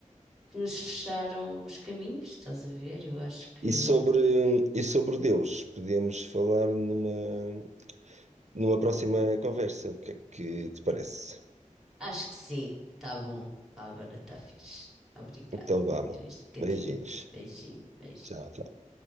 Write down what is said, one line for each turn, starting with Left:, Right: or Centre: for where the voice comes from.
Centre: que nos fecharam os caminhos, estás a ver? Eu acho que
Right: E sobre, e sobre Deus, podemos falar numa, numa próxima conversa. O que é que te parece?
Centre: acho que sim, tá bom. Agora tá fixe. Obrigada
Right: Então vá, mano.
Centre: por este bocadinho.
Right: Beijinhos.
Centre: Beijinho, beijinho.
Right: Tchau, tchau.